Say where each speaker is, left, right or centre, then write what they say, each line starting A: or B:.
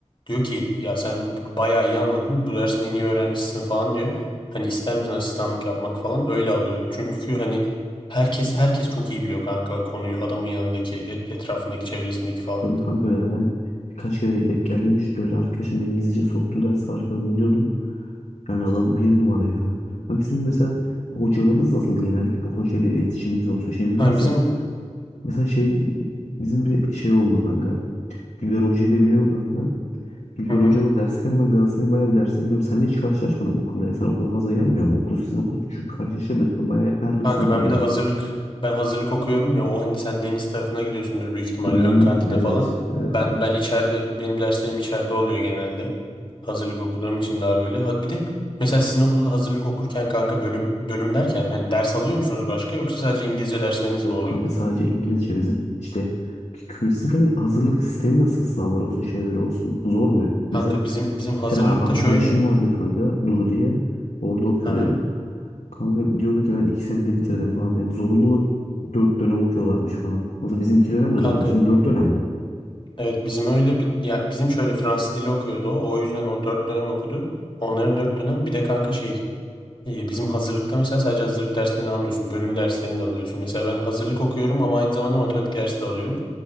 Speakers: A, on the left; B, on the left.
A: Diyor ki ya sen bu- bayağı iyi anladın. Bu dersin en iyi öğrencisisin falan diyor. Hani ister misin asistanlık yapmak falan öyle alıyor. Çünkü hani herkes herkes çok iyi biliyor kanka konuyu adamın yanındaki et- etrafındaki çevresindeki falan.
B: Tabii kanka ya ben birkaç kere denk geldim işte öyle arkadaşım beni gizlice soktu dersi arkada dinliyordum. Yani adam bir numara ya. Kanka sizin mesela hocalarınız nasıl genel? Hoca ile iletişiminiz olsun şey. Mesela,
A: Hani bizim
B: mesela şey bizim bir şey oldu kanka. Güler Hoca'yı da biliyor musun kanka. Bilber
A: hı hı.
B: Hoca'nın dersi kanka ben Galatasaray'ın bayağı bir dersine gidiyorum. Seninle hiç karşılaşmadık okulda ya. Sen okula fazla gelmiyor mu? Okul sizin okul küçük karşılaşıyorduk. Ben bayağı hep her gün
A: Kanka
B: sizin okuldayım.
A: ben bir de hazırlık ben hazırlık okuyorum ya o hani sen deniz tarafına gidiyorsundur büyük ihtimalle
B: Hmm,
A: ön kantine
B: evet,
A: falan.
B: evet,
A: Ben
B: evet.
A: ben içeride benim derslerim içeride oluyor genelde. Hazırlık okuduğum için daha böyle. Ha- Bir de mesela sizin okulda hazırlık okurken kanka bölüm bölüm derken hani ders alıyor musunuz başka yoksa sadece İngilizce dersleriniz
B: Yok
A: mi oluyor?
B: kanka sadece İngilizce bizim. İşte kü- kümülatif hazırlık sistemi nasıl sınavlar olsun şeyleri olsun. Zor mu?
A: Kanka
B: Mesela
A: bizim bizim hazırlıkta
B: bir tane ar- arkadaşım
A: şöyle.
B: vardı kanka Duru diye. Orada okuyordu
A: Hı hı.
B: ya. Kanka diyordu ki ben iki senede bitirdim falan. Yani zorunlu olarak dört dönem okuyorlarmış falan. Nasıl bizim iki dönem de
A: Kanka
B: zorunlu. Sizin dört dönem mi?
A: evet bizim öyle bir ya bizim şöyle Fransız dili okuyordu o. O yüzden o dört dönem okudu. Onların dört dönem bir de kanka şey İyi, bizim hazırlıkta mesela sadece hazırlık derslerini almıyorsun. Bölüm derslerini de alıyorsun. Mesela ben hazırlık okuyorum ama aynı zamanda matematik dersi de alıyorum.